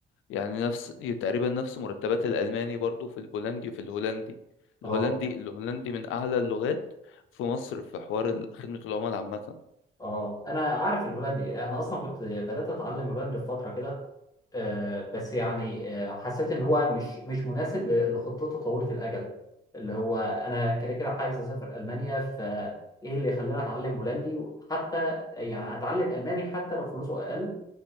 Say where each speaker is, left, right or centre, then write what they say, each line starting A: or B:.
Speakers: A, on the left (about 85°); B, on the left (about 20°).
A: يعني نفس تقريبا نفس مرتبات الألماني برضو في البولندي وفي الهولندي
B: اه
A: الهولندي الهولندي من أعلى اللغات في مصر في حوار ال- خدمة العملاء عامة
B: اه انا عارف الهولندي انا اصلا كنت بدات اتعلم هولندي في فتره كده آه، بس يعني آه، حسيت ان هو مش مش مناسب ل- لخطته طويله الاجل اللي هو انا كده كده عايز اسافر المانيا فايه اللي يخليني اتعلم هولندي حتى يعني اتعلم الماني حتى لو فلوسه اقل